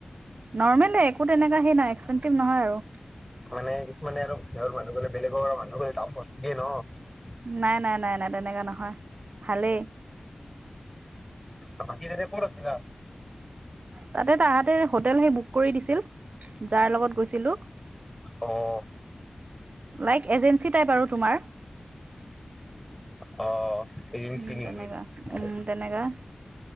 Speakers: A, on the right; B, in the centre.
A: নৰ্মলে একো তেনেকুৱা সেই নাই এক্সপেঞ্চিভ নহয় আৰু।
B: মানে কিছুমানে আৰু সেৰ মানুহ গলে বেলেগৰ মানুহ গলে <unintelligible>
A: নাই, নাই, নাই, নাই তেনেকা নহয়। ভালেই
B: অ'বাকি তাতে ক'ত আছিলা?
A: তাতে তাহাঁতে হোটেল সেই বুক কৰি দিছিল। যাৰ লগত গৈছিলোঁ।
B: অ'
A: লাইক এজেঞ্চি টাইপ আৰু তোমাৰ।
B: অ এজেঞ্চি
A: উম
B: নেকি
A: তেনেকা
B: ভালে
A: উম তেনেকা।